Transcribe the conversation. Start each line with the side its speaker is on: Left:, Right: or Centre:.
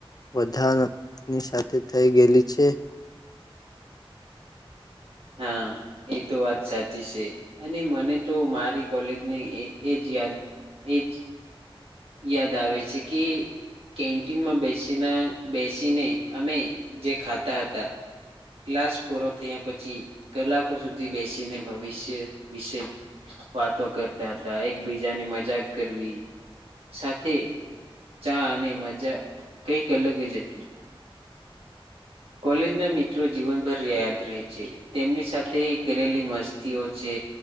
Left: વધાની સાથે થઈ ગયેલી છે
Right: હા એ તો વાત સાચી છે અને મને તો મારી કોલેજને એજ યાદ એજ યાદ આવે છે કે કેન્ટીનમાં બેસીને બેસીને અમે જે ખાતા હતા ક્લાસ પૂરો થયા પછી કલાકો સુધી બેસીને ભવિષ્ય વિશે વાતો કરતા હતા એકબીજાની મજાક કરવી સાથે ચા અને મજા કઈક અલગ જ હતી કોલેજ ના મિત્રો જીવનભર યાદ રહે છે તેમની સાથે કરેલી મસ્તીઓ છે